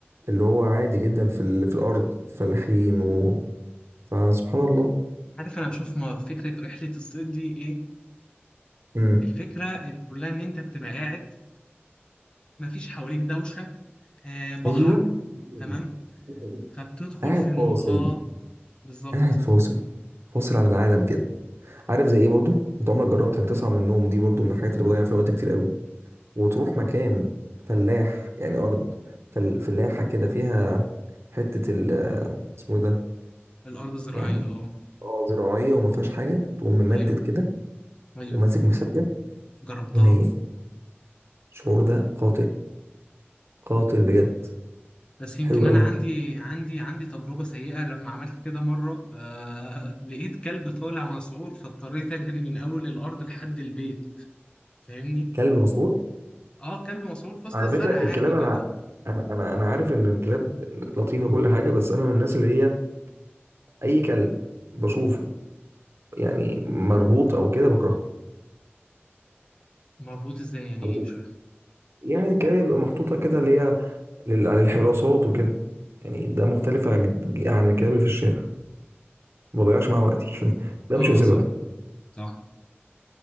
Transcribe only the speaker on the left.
عارف أنا بشوف ما فكرة رحلة الصيد دي إيه
الفكرة كلها إن أنت بتبقى قاعد مفيش حواليك دوشة آه بحر
تمام
فبتدخل
في المود
اه بالظبط
الأرض زراعية
اه
أيوه
أيوه
جربتها
بس يمكن
انا
عندي عندي عندي تجربه سيئه لما عملت كده مره آه <laughs> لقيت كلب طالع مسعور فاضطريت اجري من اول الارض لحد البيت فاهمني
اه كلب مسعور في وسط
الزرع
عادي
كده
مربوط ازاي يعني
ايه
مش فاهم
اه
صح صح